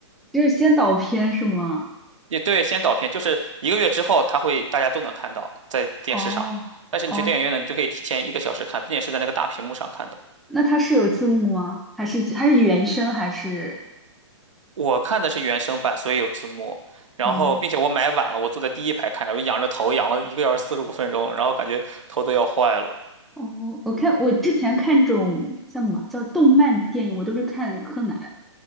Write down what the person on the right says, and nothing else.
也对，先导片就是一个月之后，他会大家都能看到在电视上，
但是你去电影院呢，你就可以提前一个小时看，并且是在那个大屏幕上看的。
我看的是原声版，所以有字幕。然后，
并且我买晚了，我坐在第一排看的，我仰着头仰了一个小时四十五分钟，然后感觉头都要坏了。